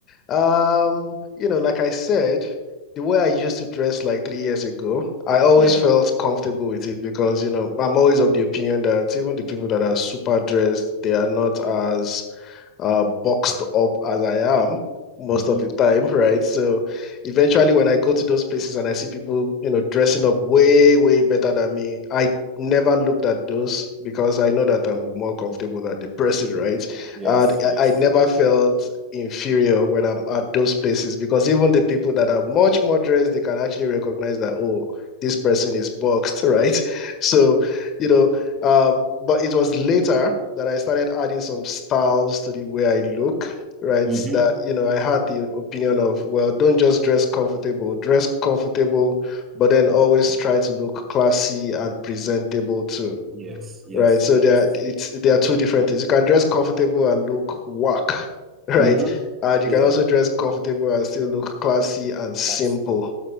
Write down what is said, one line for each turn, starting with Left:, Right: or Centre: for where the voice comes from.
Left: um, you know, like I said, the way I used to dress like three years ago, I always
Right: Yeah.
Left: felt comfortable with it because, you know, I'm always of the opinion that even the people that are super dressed, they are not as uh, boxed up as I am most
Right: hmm
Left: of the time, right? So eventually, when I go to those places and I see people, you know, dressing up way, way better than me, I never looked at those because I know that I'm more comfortable than the person, right?
Right: Yes.
Left: And
Right: Yes.
Left: I, I never felt inferior when I'm at those places because even the people that are much more dressed, they can actually recognize that, oh, this person is boxed, <laughs> right? So, you know, um, but it was later that I started adding some styles to the way I look, right?
Right: <laughs> hmm
Left: That, you know, I had the opinion of, well, don't just dress comfortable, dress comfortable, but then always try to look classy and presentable too
Right: Yes. Yes.
Left: right? So
Right: Yes.
Left: there, it's there are two different things. You can dress comfortable and look whack, <laughs> right?
Right: hmm
Left: And you
Right: Yeah.
Left: can also dress comfortable and still look classy and simple,
Right: That's it.